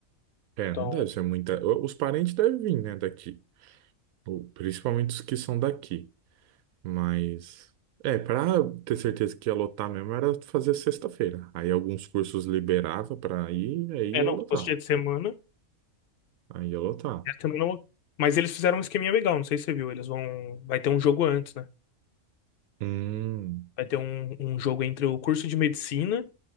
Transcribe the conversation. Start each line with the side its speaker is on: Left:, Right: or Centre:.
Right: É,
Left: Então,
Right: não deve ser muita. o- Os parentes devem vir, né, daqui. Ou, principalmente os que são daqui. Mas. É, pra ter certeza que ia lotar mesmo era fazer sexta-feira. Aí alguns cursos liberava pra ir, aí
Left: é,
Right: ia
Left: não,
Right: lotar.
Left: se fosse dia de semana,
Right: Aí ia lotar.
Left: dia de semana. eu- Mas eles fizeram um esqueminha legal, não sei se você viu. Eles vão. Vai ter um jogo antes, né?
Right: Hum.
Left: Vai ter um, um jogo entre o curso de medicina